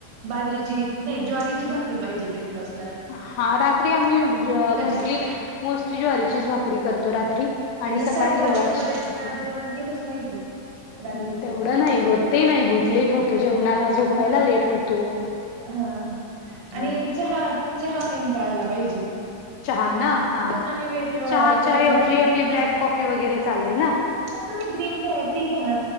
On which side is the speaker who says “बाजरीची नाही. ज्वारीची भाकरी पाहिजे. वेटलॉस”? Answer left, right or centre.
Right